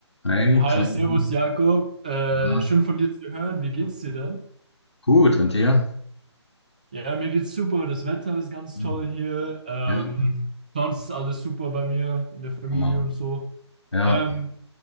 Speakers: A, on the left; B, on the right.
A: Hey,
B: Hi,
A: Tommy.
B: Servus Jakob. Äh,
A: Na,
B: schön von dir zu hören. Wie geht's dir denn?
A: gut, und dir?
B: Ja, mir geht's super. Das Wetter ist ganz
A: Hm,
B: toll hier. Ähm,
A: Ja,
B: sonst alles super bei mir in der Familie
A: Hammer.
B: und so.
A: Ja.
B: Ähm,